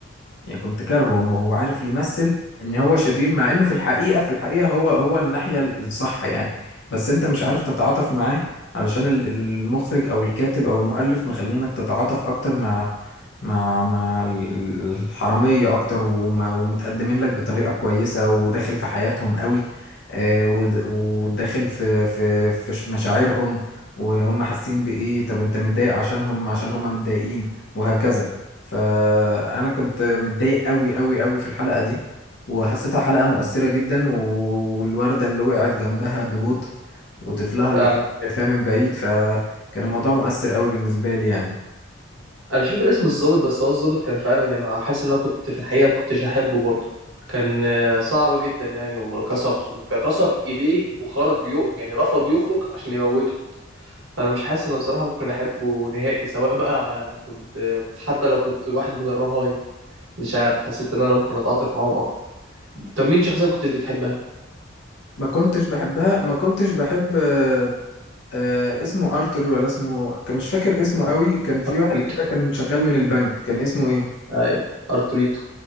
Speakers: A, on the left; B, on the right.
A: يعني كنت كارهه هو هو عارف يمثل ان هو شرير مع انه في الحقيقة في الحقيقة هو هو الناحية الصح يعني بس انت مش عارف تتعاطف معاه علشان ال- المخرج او الكاتب او المؤلف مخلينك تتعاطف اكتر مع مع مع ال- ال- الحرامية اكتر وما- ومتقدمين لك بطريقة كويسة وداخل في حياتهم قوي آه، ود- وداخل في في في ش- مشاعرهم وهم حاسين بايه طب انت متضايق عشانهم عشان هم متضايقين وهكذا فانا كنت متضايق قوي قوي قوي في الحلقة دي وحسيتها حلقة مؤثرة جدا والوردة اللي وقعت جنبها ببطء وطفلها اللي
B: فعلا
A: شايفاها من بعيد فكان الموضوع مؤثر قوي بالنسبة لي يعني
B: أنا مش فاكر اسم الضابط بس هو الضابط كان فعلا يعني أنا حاسس إن أنا كنت في الحقيقة ما كنتش أحبه برضه كان آه، صعب جدا يعني وكسر ده كسر إيديه وخرج يو يعني رفض يخرج عشان يموته فانا مش حاسس ان بصراحه ممكن احبه نهائي سواء بقى كنت حتى لو كنت واحد من الرهاين مش عارف حسيت ان انا ممكن اتعاطف معاهم اكتر طب مين شخصيه ما كنتش بتحبها
A: ما كنتش بحبها ما كنتش بحب آه، آه، اسمه ارتر ولا اسمه كان مش فاكر اسمه قوي كان في
B: ارتوريتو
A: واحد كده كان شغال من البنك كان اسمه ايه
B: ايوه ارتوريتو